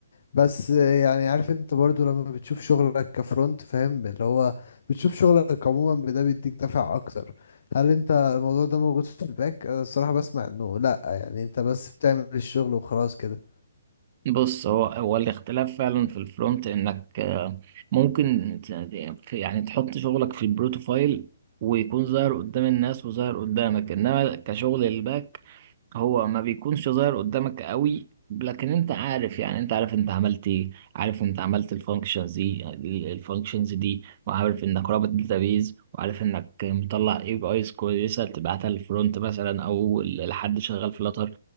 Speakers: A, on the left; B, on the right.
A: بس يعني عارف انت برضو لما بتشوف شغلك كفرونت فاهم اللي هو بتشوف شغلك عموما ده بيديك دفع اكتر هل انت الموضوع ده موجود في الباك انا الصراحة بسمع انه لا يعني انت بس بتعمل الشغل وخلاص كده
B: بص هو هو الاختلاف فعلا في الفرونت إنك آه، ممكن ت- يعني تحط شغلك في البروتوفايل ويكون ظاهر قدام الناس وظاهر قدامك إنما كشغل الباك هو ما بيكونش ظاهر قدامك قوي لكن انت عارف يعني انت عارف انت عملت ايه عارف انت عملت الفانكشنز دي الفانكشنز دي وعارف انك رابط داتابيز وعارف انك مطلع اي بي ايز كويسه تبعتها للفرونت مثلا او لحد شغال في لاتر